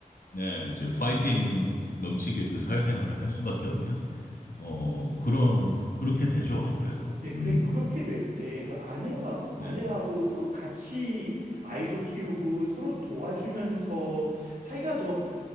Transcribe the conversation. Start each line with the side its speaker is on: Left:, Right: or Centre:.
Left: 네 이제 파이팅 넘치게 그 사회생활을 할 수밖에 없는 어, 그러, 그렇게 되죠, 아무래도.
Right: 네, 근데
Left: 음.
Right: 그렇게 될 때 그 아내하고
Left: 네.
Right: 아내하고 서로 같이 아이도 키우고 서로 도와주면서 사이가 더